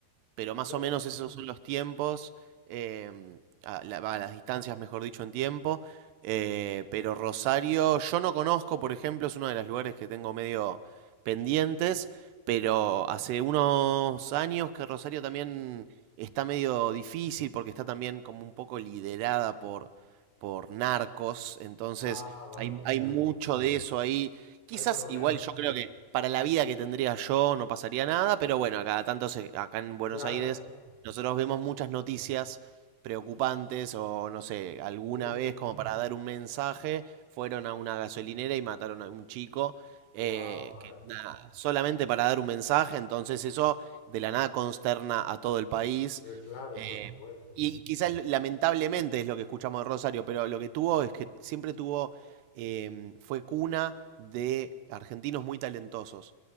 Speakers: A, on the right; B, on the left.
A: pero más
B: Claro.
A: o menos esos son los tiempos, em, a la-
B: Ah,
A: va, las distancias, mejor dicho, en tiempo. eh, pero Rosario, yo no conozco, por ejemplo, es uno de los lugares que tengo medio pendientes, pero hace unos años que Rosario también está medio difícil porque está también como un poco liderada por, por narcos, entonces
B: ah, vaya,
A: hay, hay
B: claro.
A: mucho de eso ahí Quizás
B: Hay problemas.
A: igual yo creo que para la vida que tendría yo no pasaría nada, pero bueno, a cada tanto se- acá en Buenos
B: Claro.
A: Aires nosotros vemos muchas noticias preocupantes o no sé, alguna
B: Uf,
A: vez como para dar un mensaje, fueron a una gasolinera y mataron a un chico, eh,
B: wow, madre.
A: que nada, solamente para dar un mensaje, entonces eso de la nada consterna a todo el país.
B: Eh, claro,
A: eh,
B: por supuesto.
A: y quizás lamentablemente es lo que escuchamos de Rosario, pero lo que tuvo es que siempre tuvo eh, fue cuna de argentinos muy talentosos